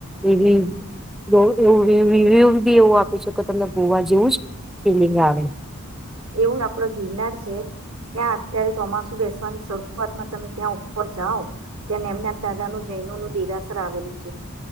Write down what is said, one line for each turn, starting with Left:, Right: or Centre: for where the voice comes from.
Centre: એવી એવું રિવ્યુ બી એવું આપે છે કે તમને ગોવા જેવું જ ફિલિંગ આવે
Right: એવું આપડ ગિરનાર છે ત્યાં અત્યારે ચોમાસુ બેસવાની શરૂઆતમાં તમે ત્યાં ઉપર જાઓ ત્યાંને એમના દાદા નું જૈનો નું દેરાસર આવેલું છે